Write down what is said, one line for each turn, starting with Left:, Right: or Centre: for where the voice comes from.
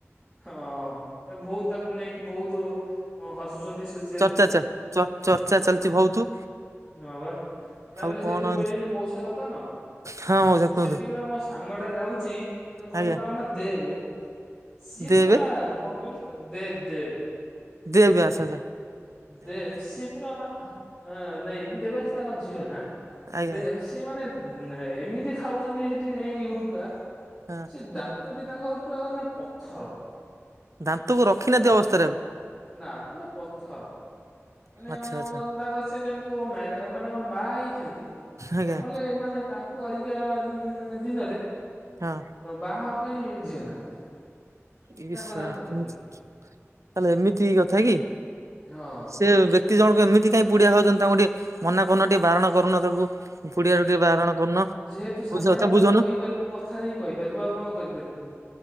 Centre: ହଁ, ଏ ବୋହୁତ ତାକୁ ନେଇକି ବହୁତ ହସୁଚନ୍ତି, ସୋ
Right: ଚର୍ଚ୍ଚା ଚା ଚର୍ଚ୍ଚା ଚାଲିଚି ବହୁତ
Centre: ହଁ ବା, ତାପରେ
Right: ଆଉ କଣ
Centre: ସେ ଯୋଉ
Right: ଏମିତି
Centre: କହିଲେନି ମଉସା ଦୋକାନ
Right: ହଁ ମଉସା
Centre: ସେଠି
Right: କୁହନ୍ତୁ
Centre: ଗୋଟା ମୋ ସାଙ୍ଗ ଟା ଯାଉଚି, କ କହିଲେ
Right: ଆଜ୍ଞା
Centre: ତାଙ୍କ ନା ଦେବେ ସିଏ
Right: ଦେ
Centre: ପୁରା
Right: ଏବେ
Centre: କଣ କହିଲ ଦେବ୍ ଦେବ୍।
Right: ଦେବ୍, ଆଛା ଆଛା।
Centre: ଦେବ୍ ସିଏ ପୁରା, ଆମ ନାଇଁନି ଦେବଂଶୀ ତାଙ୍କ ଝିଅ ନା।
Right: ଆଜ୍ଞା
Centre: ଦେବ୍,
Right: ଆଜ୍ଞା
Centre: ସିଏ ମାନେ ଏମିତି ଖାଉଚନ୍ତି ସେଠି ଯାଇକି ଗୁଟକା,
Right: ହଁ।
Centre: ସିଏ ଦା ଦାନ୍ତଟି ତାଙ୍କର ପୁରା ମାନେ ପଥର
Right: ଦାନ୍ତକୁ ରଖିନାହାନ୍ତି
Centre: ହେଲା
Right: ଅବସ୍ଥାରେ ଆଉ
Centre: ନା ପୁରା ପଥର। ମାନେ
Right: ଆଚ୍ଛା ଆଚ୍ଛା
Centre: ତାଙ୍କ ସେ ଯେମିତି ମାନେ କଣ ବାହା ହେଇଛନ୍ତି
Right: ଆଜ୍ଞା
Centre: ନହେଲେ ମାନେ ତାଙ୍କୁ ଆଜିକା ଦିନରେ
Right: ହଁ
Centre: ବାହା ହେବା ପାଇଁ ଝିଅ ନାହାନ୍ତି।
Right: ଏ
Centre: ତାଙ୍କ
Right: ସଳା
Centre: ଦାନ୍ତ ଦେଖିକି
Right: ତାହାଲେ ଏମିତି କଥା କି
Centre: ହଁ।
Right: ସେ ବ୍ୟାକ୍ତି ଜଣଙ୍କ ଏମିତି କାଇଁ ପୁଡିଆ ହଉଛନ୍ତି ତାଙ୍କୁ ଟିକେ ମନା କରୁନ ଟିକେ ବାରଣ କରୁନ ତାକୁ ପୁଡିଆ ରୁ ଟିକେ ବାରଣ କରୁନ
Centre: ଯେହେତୁ ସାଙ୍ଗଟା ତାକୁ କହିପାରିବୁ କଥାରେ ହିଁ କହିପାରିବୁ ଆଉ କଣ କରିପାରିବୁ